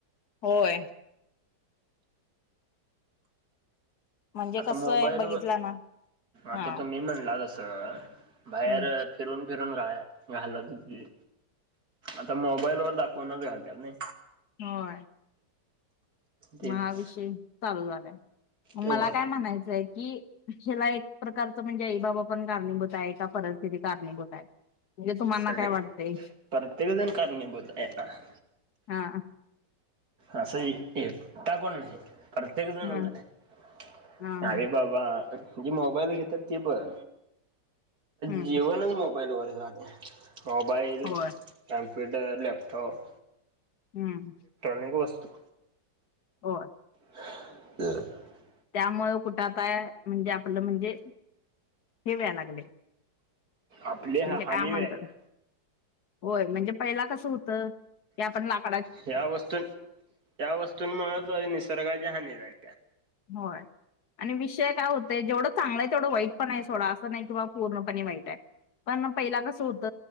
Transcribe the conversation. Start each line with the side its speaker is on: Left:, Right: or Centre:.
Left: होय. म्हणजे
Right: आता
Left: कसं
Right: मोबाईल
Left: आहे बघितला
Right: व
Left: ना हा
Right: आता तो्ी म्हणलाच.. बाहेर
Left: हम्म
Right: फिरून फि.. काय घालत होती, आता मोबाईलवर दाखवल घरच्यांनी.
Left: होय.
Right: तेच
Left: म हा विषय चालू झालाय, मग
Right: होय
Left: मला काय म्हणायचंय.. कि ह्याला एक प्रकारच म्हणजे आई बाबा पण कारणीभूत आहे का परिस्थिती कारणीभूत आहे. म्हणजे तुम्हाना
Right: सगळे
Left: काय वाटतंय
Right: प्रत्येकजण कारणीभूत येतात.
Left: हा
Right: असं ए एकटापण नाही. प्रत्येक जणच
Left: हा हा
Right: आरे
Left: हा
Right: बाबा.. जे मोबाईल घेतात ते पण
Left: हम्म
Right: जेवणच मोबाईल वर झालय. मोबाईल
Left: होय
Right: काॅमप्यूटर लॅपटॉप..
Left: हम्म..
Right: काही क वस्तू..
Left: होय.
Right: <unintelligible>
Left: त्यामु कुठ काय म्हणजे आपलं म्हणजे ठेवाया लागले.
Right: आपली
Left: म्हणजे काय
Right: हानी
Left: म्हणतात
Right: झाल्या..
Left: होय म्हणजे पहिला कसं होतं की आपण लाग..
Right: ह्या वस्तू ह्या वस्तूंमुळेच निसर्गाची हानी झाली.
Left: होय. आणि विषय काय होतय जेवढं चांगला आहे तेवढं वाईट पण आहे सोडा असं नाही किंवा पूर्णपण वाईटय. पण पहिला कस होत